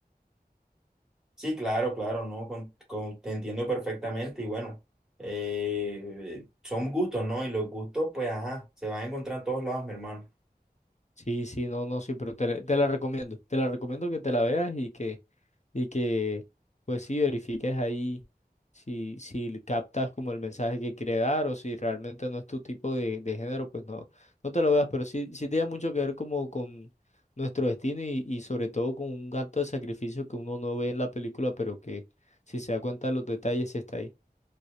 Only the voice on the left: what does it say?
Sí, sí, no, no, sí, pero te, la te la recomiendo. Te la recomiendo que te la veas y que y que pues sí verifiques ahí si, si captas como el mensaje que quiere dar o si realmente no es tu tipo de, de género, pues no, no te lo veas, pero sí, sí tiene mucho que ver como con nuestro destino y, y sobre todo con un acto de sacrificio que uno no ve en la película, pero que si se da cuenta de los detalles sí está ahí.